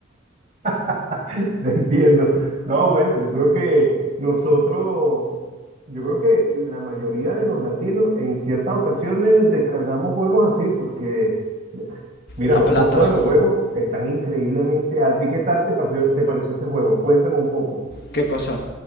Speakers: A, on the right (about 35°); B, on the left (about 50°).
A: <laughs> Te entiendo. No, bueno, yo creo que nosotros, yo creo que la mayoría de los latinos en ciertas ocasiones descargamos juegos así porque, mira,
B: La
A: los
B: plata.
A: costos de los juegos están increíblemente altos. ¿Y qué tal te pareció, te pareció ese juego? Cuéntame un poco.
B: ¿Qué cosa?